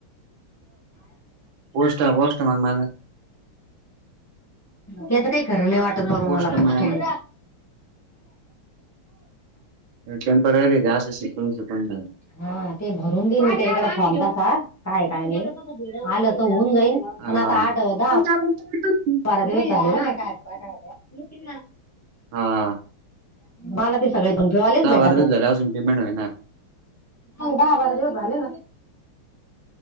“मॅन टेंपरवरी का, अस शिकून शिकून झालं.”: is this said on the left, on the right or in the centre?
Right